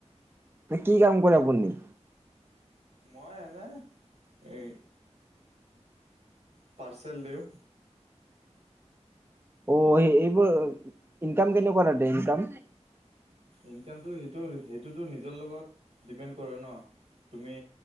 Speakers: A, on the right; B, on the right.
A: কি কাম কৰে আপুনি?
B: মই এনে এই পাৰ্চেল দিওঁ
A: অ', এইবোৰ ইনকাম কেনেকুৱা তাতে ইনকাম?
B: ইনকামটো এটো, সেইটোতো নিজৰ লগত, ডিপেণ্ড কৰে ন। তুমি